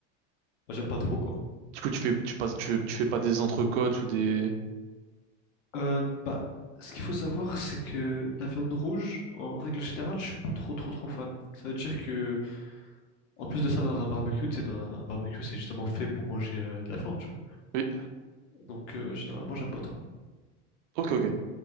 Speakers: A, on the left; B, on the right.
A: bah, j'aime pas trop, quoi.
B: Du coup, tu fais, tu passes, tu, tu fais pas des entrecôtes ou des.
A: Euh, bah, ce qu'il faut savoir, c'est que la viande rouge, en règle générale, je suis pas trop, trop, trop fan. Ça veut dire que, en plus de ça, dans un barbecue, tu sais, dans un barbecue, c'est justement fait pour manger euh, de la viande, tu vois.
B: Oui,
A: Donc, euh, généralement, j'aime pas trop.
B: ok, ok.